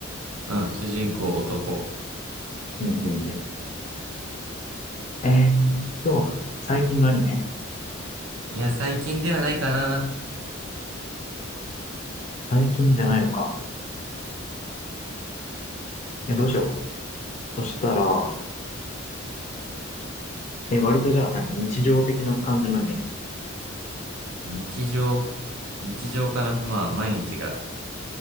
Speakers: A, on the right; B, on the left.
A: うん、主人公男。
B: うんうんうん。えーっと、最近のアニメ
A: いや、最近ではないかな。
B: 最近じゃないのか。え、どうしよう。そしたら、え、割とじゃあ何日常的な感じのアニメ
A: 日常。日常かな。まあ、毎日が